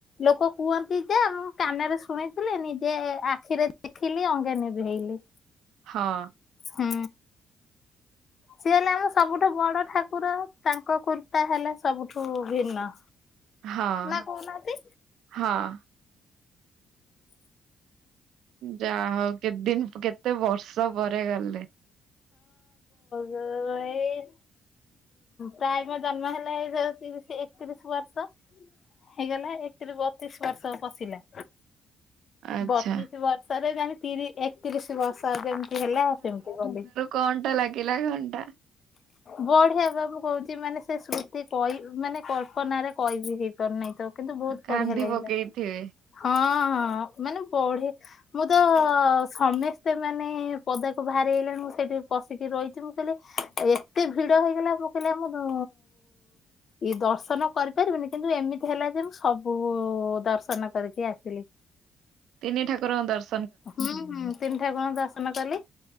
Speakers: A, on the left; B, on the right.
A: ଲୋକ କୁହନ୍ତି ଯେ ମୁଁ କାନେରେ ଶୁଣିଥିଲି ନିଜେ ଆଖିରେ ଦେଖିଲି ଅଙ୍ଗେ ନିଭେଇଲି।
B: ହଁ।
A: ହୁଁ। ସିଏ ହେଲେ ଆମ ସବୁଠୁ ବଡ ଠାକୁର ତାଙ୍କ କୁର୍ପା ହେଲା ସବୁଠୁ ଭିନ୍ନ।
B: ହଁ
A: ନା କହୁନାହାନ୍ତି
B: ହଁ। ଯାହା ହଉ କେତେ ଦିନ କେତେ ବର୍ଷ ପରେ ଗଲେ।
A: ତୋ ଏଇ ପ୍ରାୟ ମୋ ଜନ୍ମ ହେଲା ଏ ତିରିଶ ଏକତିରିଶ ବର୍ଷ ହେଇଗଲା ଏକତିରି ବତିଶ ବର୍ଷ ପଶିଲା
B: ଆଚ୍ଛା
A: ବତିଶ ବର୍ଷରେ ଜାଣିତିରି ଏକତିରିଶ ବର୍ଷ ଯେମତି ହେଲା ଆଉ ସେମତି ଗଲି।
B: କଣ୍ଟା ଲାଗିଲା ଘଣ୍ଟା।
A: ବଢିଆ ସବୁ କହୁଛି ମାନେ ସେ ସ୍ମୃତି କଇ ମାନେ କଳ୍ପନାରେ କହିବି ହେ କରି ନାଇଁତ କିନ୍ତୁ ବହୁତ
B: କାନ୍ଦି
A: ବଢିଆ ଲାଗିଲା
B: ପକେଇଥିବେ
A: ହଁ ହଁ ମାନେ ବଢି ମୁଁ ତ ସମସ୍ତେ ମାନେ ପଦାକୁ ବାହାରି ଆଇଲେଣି ମୁଁ ସେଇଠି ପଶିକି ରହିଛି ମୁଁ କହିଲି ଏତେ ଭିଡ ହେଇଗଲା ମୁଁ କହିଲି ଆମର ଇଏ ଦର୍ଶନ କରିପାରିବିନି କିନ୍ତୁ ଏମିତି ହେଲା ଯେ ମୁଁ ସବୁ ଦର୍ଶନ କରିିକି ଆସିଲି।
B: ତିନି ଠାକୁରଙ୍କ ଦର୍ଶ
A: ହୁଁ ହୁଁ ତିନି ଠାକୁରଙ୍କ ଦର୍ଶନ କଲି।